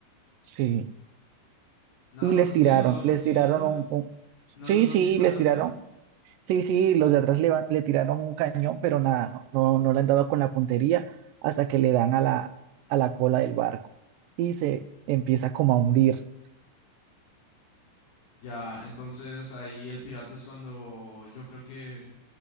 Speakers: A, on the right (about 75°); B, on the left (about 80°).
A: Sí.
B: Nada
A: Y
B: más
A: les
B: así,
A: tiraron,
B: los van
A: les
B: persiguiendo,
A: tiraron un, un-
B: no
A: Sí,
B: los van
A: sí,
B: disparando.
A: les tiraron. Sí, sí, los de atrás le, va- le tiraron un cañón, pero nada, no, no, no le han dado con la puntería hasta que le dan a la, a la cola del barco y se empieza como a hundir.
B: Ya, entonces ahí el pirata es cuando yo creo que...